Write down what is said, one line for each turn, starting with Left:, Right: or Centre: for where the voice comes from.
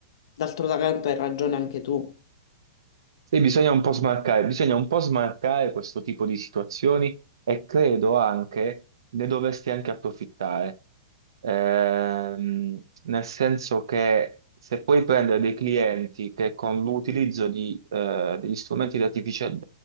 Left: d'altro canto hai ragione anche tu.
Right: Sì, bisogna un po' smarcare, bisogna un po' smarcare questo tipo di situazioni e credo anche ne dovresti anche approfittare. Ehm, nel senso che se puoi prendere dei clienti che con l'utilizzo di, eh, degli strumenti di artificia- di